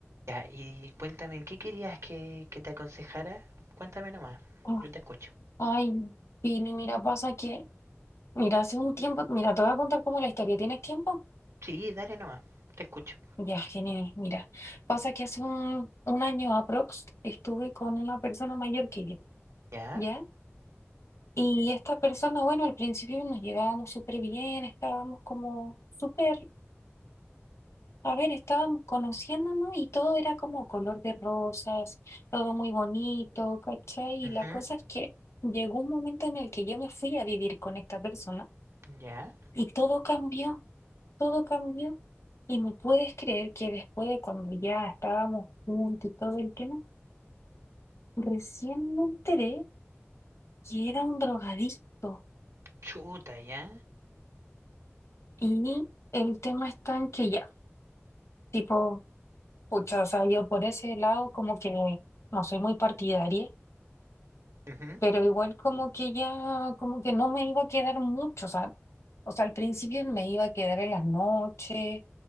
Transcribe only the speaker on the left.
Oh,
ay, Pili, mira, pasa que, mira, hace un tiempo, mira, te voy a contar como la historia. ¿Tienes tiempo?
Ya, genial, mira. Pasa que hace un, un año aprox estuve con una persona mayor que yo,
¿ya? Y esta persona, bueno, al principio nos llevábamos súper bien, estábamos como súper, a ver, estábamos conociéndonos y todo era como color de rosas, todo muy bonito, ¿cachai?
Y la cosa es que llegó un momento en el que yo me fui a vivir con esta persona
y todo cambió. todo cambió. Y me puedes creer que después de cuando ya estábamos juntos y todo el tema, recién me enteré que era un drogadicto.
Y el tema está en que ya, tipo, pucha, o sea, yo por ese lado como que no soy muy partidaria
pero igual como que ya, como que no me iba a quedar mucho, o sea, o sea, al principio me iba a quedar en las noches,